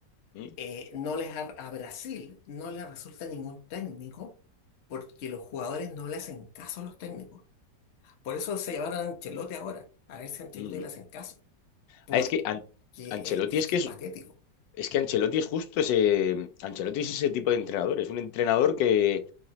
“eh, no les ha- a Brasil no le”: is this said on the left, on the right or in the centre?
Left